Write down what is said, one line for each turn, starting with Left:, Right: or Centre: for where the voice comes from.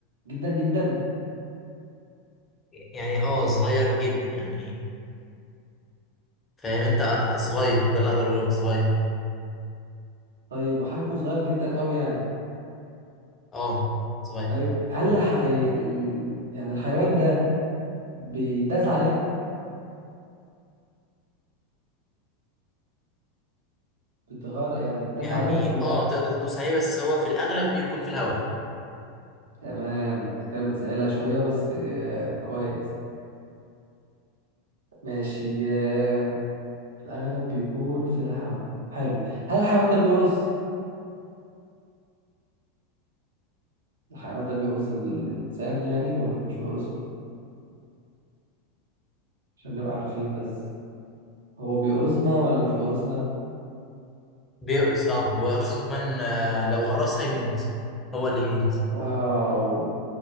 Right: جدا جدا
Left: يعني اه صغير جدا يعني فاهم انت آه، صغير ده اللي اقدر اقوله لك صغير
Right: طيب حجمه صغير جدا قوي يعني
Left: اه صغير
Right: طيب هل الح... آه، ال- يعني الحيوان ده بيتداس عليه بتغار يعني بيتداس
Left: يعني
Right: عليه ولا
Left: اه
Right: لا
Left: تقدر تدوس عليه بس هو في الاغلب بيكون في الهواء
Right: تمام انت كده بتسهلها شوية بس آه، كويس ماشي آه، الأغلب بيكون في الهواء حلو هل الحيوان ده بيقرص الحيوان ده بيقرص الإنسان يعني ولا مش بيقرصه عشان نبقى عارفين بس هو بيقرصنا ولا مش بيقرصنا
Left: بيقرص اه وقرصته كمان آه، لو قرص هيموت هو اللي يموت
Right: واو